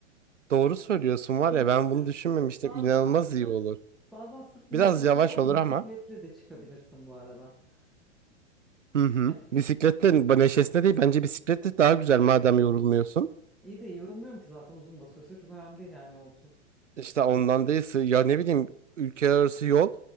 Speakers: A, on the right (about 85°); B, in the centre.
A: Doğru söylüyorsun var
B: Hı,
A: ya ben bunu
B: Sırf
A: düşünmemiştim.
B: bazen
A: İnanılmaz
B: sırf
A: iyi olur.
B: bazen sırf neşesine
A: Biraz yavaş olur
B: bisikletle
A: ama.
B: de çıkabilirsin bu arada.
A: Hı hı.
B: Hani
A: Bisikletle ba- neşesine değil bence bisikletle daha güzel madem yorulmuyorsun.
B: İyi de yorulmuyorum ki zaten uzun da sürse çok önemli değil yani yolculuk.
A: İşte ondan değil sığ- ya ne bileyim ülke arası yol